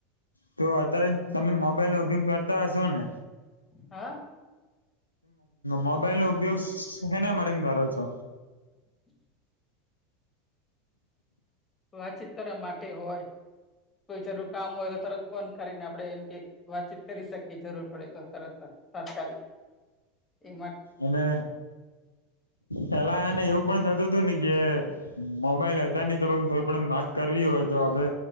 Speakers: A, on the left; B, on the left.
A: તો અત્યારે તમે મોબાઈલ ન ઉપયોગ કરતા હશો ને
B: હા
A: મોબાઈલ નો ઉપયોગ સેના માટે કરો છો
B: <inaudible> વાતચીત કરવા માટે હોય કોઈ જરૂ કામ હોય તો તરત ફોન કરીને આપડણે એમ કે વાતચીત કરી શકીએ જરૂર પડે તો સરત તાત્કાલિક એમા
A: અને પેલા એને એવું પણ થતું હતું ને કે મોબાઈલ અ હતાા નહીં તો કોઈ પણ વાત કરવી હોય તો આપડે